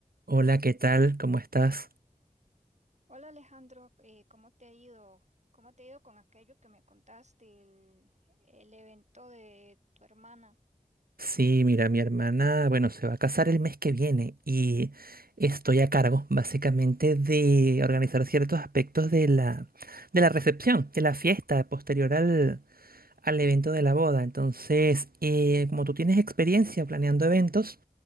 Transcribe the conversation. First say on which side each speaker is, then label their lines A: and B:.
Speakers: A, on the right (about 85°); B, on the right (about 50°).
A: Hola, ¿qué tal? ¿Cómo estás?
B: Hola Alejandro, eh, ¿cómo te ha ido? ¿Cómo te ha ido con aquello que me contaste, el, el evento de tu hermana?
A: Sí, mira, mi hermana, bueno, se va a casar el mes que viene y estoy a cargo básicamente de organizar ciertos aspectos de la, de la recepción, de la fiesta posterior al, al evento de la boda. Entonces, eh, como tú tienes experiencia planeando eventos,